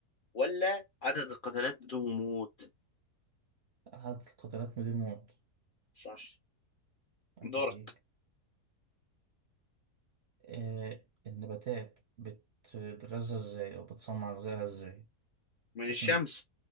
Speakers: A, on the left (about 60°); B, on the right (about 65°).
A: ولا عدد القتالات بدون موت
B: عدد القطرات من الموت
A: صح
B: عيب
A: دورك
B: عليك آه النباتات بتتغذى ازاي او بتصنع غذائها ازاي
A: من الشمس
B: اسم